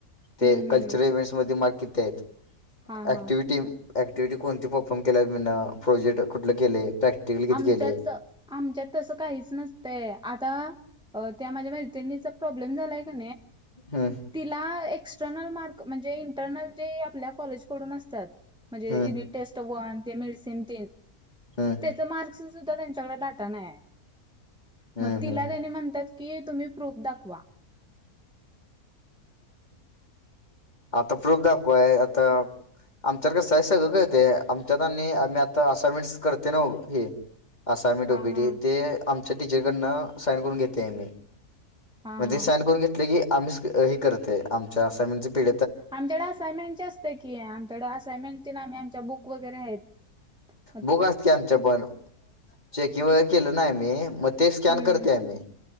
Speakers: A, on the left; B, in the centre.
A: ते
B: हम्म हम्म
A: कल्चरल इव्हेंट म माग आहेत
B: हा
A: ऍक्टिव्हटी
B: हा
A: एक्टिटी कोणती परफॉर्म केलाीं प्रोजेक्ट कुठलं केले? प्रॅक्टिकल किती
B: आमच्यात
A: केले
B: आमच्यात तसं काहीच नसतय आता, त्या माझ्या मैत्रिणीचा प्रॉब्लेम झालाय का
A: हम्म
B: तिला एक, एक्टर्ल मार् म्हणजे इंटरनल जे आपल्या कॉलेजडून असतात म्हणजे
A: हम्म
B: युनिट टेस्ट वन डेमर सेमटन <inaudible>
A: हम्म
B: त्याचा मार्क्स सुद्धा त्यांच्याकडे डाटा नाही आहे,
A: हम्म
B: मग तिला
A: हम्म
B: त्यानी म्हणतात कि तुम्ही प्रूफ दाखवा.
A: आता प्रूफ दाखवाय आता आम आ का सय सगळं का ते आमच्यात आम्ही आता असानमेंट्स करते ना हे, असा मी
B: हा
A: डोबीडी
B: हा
A: ते आमच्या टीचरकडन साइन करून घेते मी,
B: हा
A: म्हणजे
B: हा
A: सान करून घेत कीम्च हे कर आम म्ह <inaudible>
B: आमच्याकडे असाइनमेंटचे असते की आमच्याकड असायनमेंटची आमच्या बुक वगैरे आहेत. ह
A: बुक असते आमच्या पण चेकिंग वगैरे केलं नाही मी मग ते स्कॅन
B: हम्म.
A: करते आम्ही